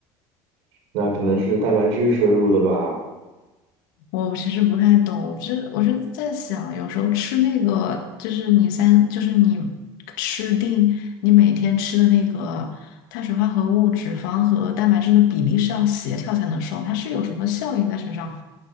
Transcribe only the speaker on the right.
那可能是蛋白质摄入的吧。